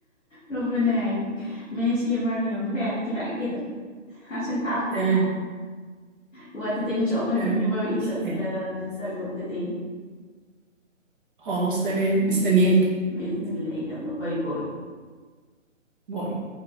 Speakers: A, in the centre; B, on the right (about 40°).
A: ربنا يعينك ماشي يا مريم
B: تمام
A: كفاية عليكي بقى كده <laughs> عشان تعبتك
B: تمام
A: وقت تاني ان شاء الله نكمل
B: تمام.
A: بقى بقية
B: بس
A: الأسئلة
B: يعني
A: نتسلى وقت تاني
B: خلاص تمام مستنياك
A: ماشي بإذن الله يلا باي باي
B: باي